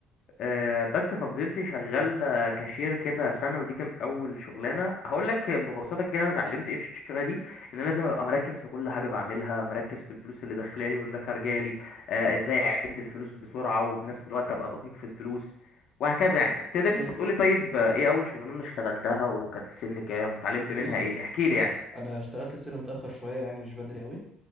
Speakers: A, on the left (about 60°); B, in the centre.
A: آه، بس ففضلت شغال آه، كاشير كده سنة ودي كانت أول شغلانة هقول لك ببساطة كده أنا اتعلمت إيه في الشغلة دي إن أنا لازم أبقى مركز في كل حاجة بعملها مركز في الفلوس اللي داخلة لي واللي خارجة لي آه، إزاي أعد الفلوس بسرعة وبنفس الوقت أبقى دقيق في الفلوس وهكذا يعني تقدر أنت
B: ايوه
A: تقولي طيب آه، إيه أول شغلانة اشتغلتها وكانت في سن كام واتعلمت
B: بص
A: منها إيه احكي
B: بص
A: لي يعني
B: انا اشتغلت في سنه متاخر شويه يعني مش بدري قوي